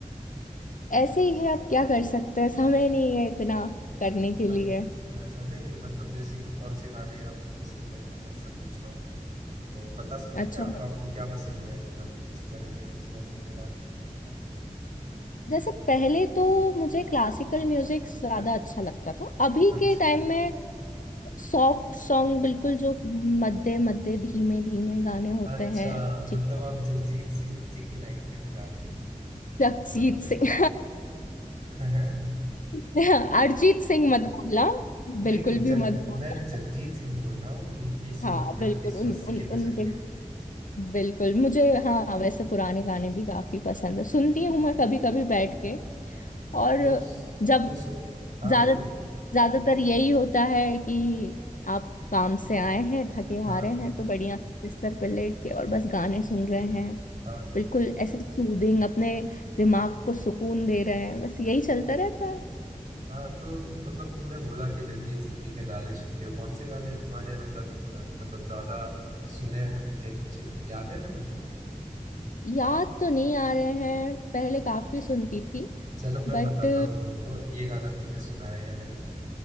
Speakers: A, on the left; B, on the right.
A: ऐसे ही है अब क्या कर सकते हैं समय नहीं है इतना करने के
B: अच्छा
A: लिए
B: अच्छा, नहीं नहीं मतलब जैसे कि कौन से गाने आपके पसंद है मैं वैसा पूछ रहा हूँ तो बता सकती
A: अच्छा
B: हैं आप आपको क्या पसंद है मतलब किस तरह के किस लहजे के गाने पसंद है आपको
A: जैसे पहले तो मुझे क्लासिकल म्यूजिक ज्यादा अच्छा लगता था अभी
B: अच्छा
A: के टाइम में सॉफ्ट सॉन्ग बिल्कुल जो मध्य मध्य धीमे धीमे गाने होते
B: अच्छा
A: हैं ठीक
B: मतलब
A: है
B: आप जगजीत सिंह जी की लाइन पे जा रही हैं
A: जगजीत
B: जितना मुझे
A: सिंह
B: सब <laughs> है
A: <laughs> अरिजीत सिंह मत बोलना
B: नहीं
A: बिल्कुल
B: नहीं जग
A: भी मत बोलना
B: मैं जगजीत सिंह बोल रहा हूँ 1990
A: हाँ बिल्कुल
B: 1980
A: उन उन
B: के
A: उनके
B: दशक के
A: बिल्कुल मुझे हाँ वैसे पुराने गाने भी काफी पसंद है सुनती हूँ मैं कभी कभी बैठ के और
B: तो
A: जब
B: तो सुन हाँ
A: ज्यादा
B: बोलिए
A: ज्यादातर यही होता है कि आप काम से आए हैं थके हारे
B: हाँ
A: हैं तो बढ़िया से बिस्तर पर लेट के और बस गाने सुन रहे हैं
B: हाँ हाँ
A: बिल्कुल ऐसे सूदिंग अपने दिमाग को सुकून दे रहे हैं बस यही चलता रहता है
B: हाँ तो मतलब तुमने बोला कि जगजीत सिंह जी के गाने सुनते हो कौन से गाने तुम्हारे मतलब अ, मतलब ज्यादा सुने हैं उनके कुछ याद है तुम्हें
A: याद तो नहीं आ रहे हैं पहले काफी सुनती थी
B: चलो मैं
A: बट
B: बताता हूँ तुमको ये गाना तुमने सुना है या नहीं